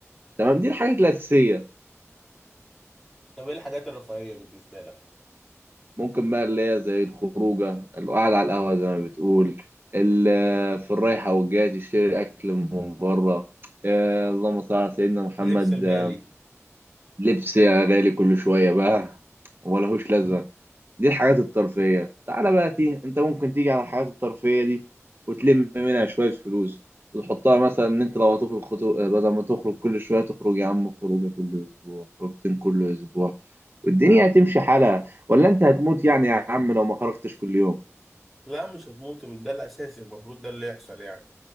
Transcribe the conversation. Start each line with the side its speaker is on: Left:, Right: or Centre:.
Right: تمام دي الحاجات الاساسيه
Centre: طب ايه الحاجات الرفاهية بالنسبة لك
Right: ممكن بقى اللي هي زي الخروجة القعدة على القهوة زي ما بتقول ال- في الرايحة والجاية تشتري أكل من بره آه، اللهم صل على سيدنا محمد
Centre: اللبس الغالي
Right: آه، لبس يا غالي كل شوية بقى وملهوش لازمة دي الحاجات الترفيهية تعالى بقى تي انت ممكن تيجي على الحاجات الترفيهية دي وتلم منها شوية فلوس وتحطها مثلا ان انت لو هتخرج خطو... بدل ما تخرج كل شوية تخرج يا عم خروجة كل اسبوع خروجتين كل اسبوع والدنيا هتمشي حالها ولا انت هتموت يعني يا عم لو ما خرجتش كل يوم
Centre: لا مش هتموت ده الاساسي المفروض ده اللي يحصل يعني